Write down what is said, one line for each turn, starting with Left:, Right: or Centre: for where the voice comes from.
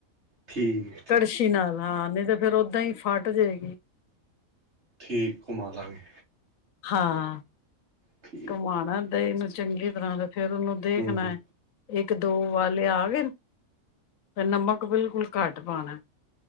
Right: ਠੀਕ ਏ।
Left: ਕੜਸ਼ੀ ਨਾਲ ਹਾਂ ਨਈ ਤੇ ਫੇਰ ਓ ਦਈ ਫਾਟ ਜੇਗੀ।
Right: ਠੀਕ, ਕੁਮਾ ਦਾ ਗੇ।
Left: ਹਾਂ।
Right: ਠੀਕ
Left: ਕੁਮਾਨਾ ਦਈ ਨੂੰ ਚੰਗੀ ਤਰਾ ਤੇ ਫੇਰ ਉਨੂੰ ਦੇਖਨਾ
Right: ਹੂੰ ਹੂੰ
Left: ਏ ਏਕ ਦੋ ਉਬਾਲੇ ਆ ਗਏਨ ਤੇ ਨਮਕ ਬਿਲਕੁਲ ਘਾੱਟ ਪਾਨੈ